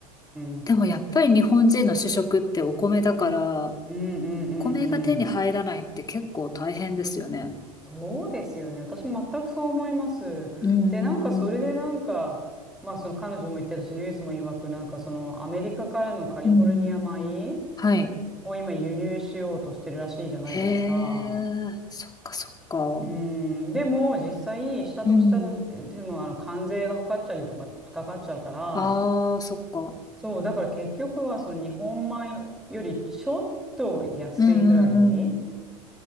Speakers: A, in the centre; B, on the left (about 20°).
A: うん
B: でもやっぱり日本人の主食ってお米だから、
A: うんうんうん。
B: お米が手に入らないって結構大変ですよね。
A: そうですよね。私も全くそう思います。
B: うん、
A: で、なんかそれでなんか、まあその彼女も言ってたし、ニュースも曰く、なんかそのアメリカからのカリフォルニア米
B: うん、はい。
A: を今輸入しようとしてるらしいじゃないですか。
B: へえ、そっかそっか。
A: うん、でも実際、下と下と、
B: うん、
A: でもあの関税がかかっちゃりとか、かかっちゃうから、
B: ああ、そっか。
A: そう、だから結局はその日本米のよりちょっと安いぐらい。
B: うん、うんうん、
A: う